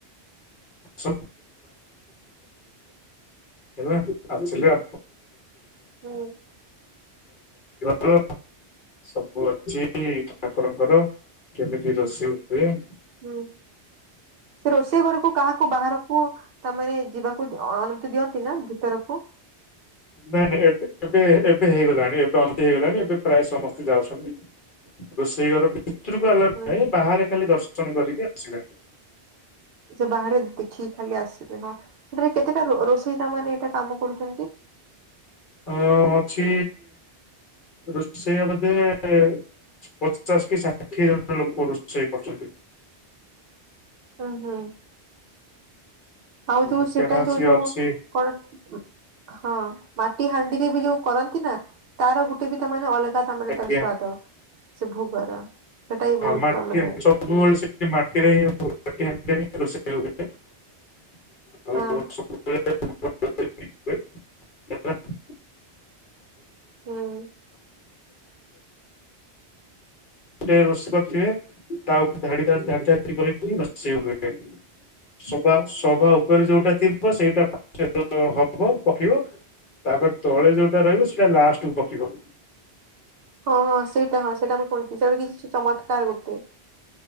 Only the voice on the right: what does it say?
ହୁଁ
ହୁଁ ସେ ରୋଷେଇ ଘରକୁ କାହାକୁ ବାହାରକୁ ତାମାନେ ଯିବାକୁ ଆ ଅନୁମତି ଦିଅନ୍ତି ନା ଭିତରକୁ?
ହୁଁ
ହୁଁ।
ସେ ବାହାରେ ଦେଖିକି ଖାଲି ଆସିବେ ହଁ ସେଠାରେ କେତେଟା ରୋ ରୋଷେଇ ତା ମାନେ ଏଇଟା କାମ କରୁଚନ୍ତି?
ହୁଁ ହୁଁ। ଆଉ
ଯୋଉ ସେଟା ଯୋଉ
ଯୋଉ
କଣ ହଁ ମାଟି ହାଣ୍ଡିରେ ବି ଯୋଉ କରନ୍ତି ନା ତାର ଗୋଟ ଟେ ବି ତା ମାନେ ଅଲଗା ତା ମାନେ
ତାର ସ୍ଵାଦ ସେ ଭୋଗର। ସେଟା ବି ବହୁତ
ତା ମାନେ
ହଁ
ହୁଁ।
ହଁ ହଁ ସେଇଟା ହଁ ସେଇଟା ମୁଁ ଶୁଣିଥିଲି ସେଟା କିଛି ଚମତ୍କାର ଗୋଟେ।